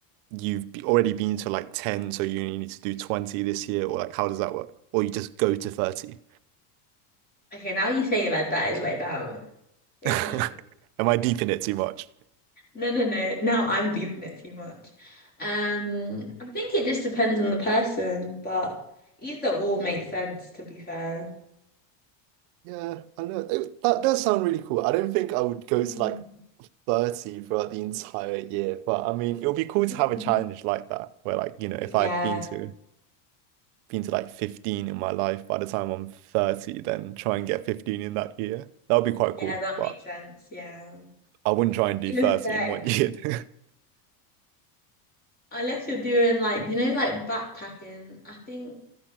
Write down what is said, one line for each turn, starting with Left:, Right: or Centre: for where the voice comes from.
Right: you've be- already been to like 10, so you only need to do 20 this year or like how does that work? Or you just go to 30?
Left: Okay, now you say it like that, it's like that. Maybe
Right: <laughs> Am I deep in it too much?
Left: no no no. Now I'm deeping it too much. Um, I think it just depends on the person, but either or makes sense to be fair.
Right: Yeah, I know. It- that does sound really cool. I don't think I would go to
Left: Mm.
Right: like 30 throughout the entire year, but I mean, it would be cool
Left: <laughs>
Right: to have a challenge like that where like, you know, if
Left: Yeah.
Right: I've been to been to like 15 in my life by the time I'm 30, then try and get 15 in that year. That would be quite
Left: Yeah,
Right: cool,
Left: that
Right: but
Left: makes sense. Yeah.
Right: I wouldn't try and do
Left: It
Right: 30
Left: was
Right: in one
Left: 30.
Right: year. <laughs>
Left: Unless you're doing like, you know, like backpacking, I think